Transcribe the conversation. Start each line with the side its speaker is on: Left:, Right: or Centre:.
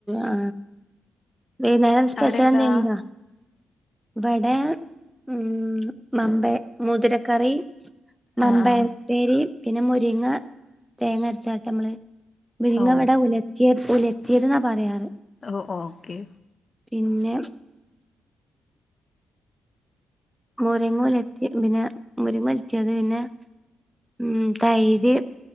Centre: ആ വൈകുന്നേരം സ്പെഷ്യൽ
Left: അവിടെ എന്താ
Centre: എന്ത് ങ്കിലുംണ്ടോ ഇവിടെ ഉം മമ്പ മുതിരക്കറി മമ്പയ
Left: ആഹ് ആഹ്
Centre: ഖപ്പേരി പിന്നെ മുരിങ്ങ തേങ്ങ അരച്ചാട്ട നമ്മള് മുരിങ്ങ
Left: ഓ
Centre: വട ഉല ലെ ഉലത്തിയത് എന്നാ പറയാറ്
Left: ഓ ഓക്കെ
Centre: പിന്നെ മുരിങ്ങ ഉല് തിപിന്നെ മുരിങ്ങ ഉലത്തിയത് പിന്നെ മം തൈര്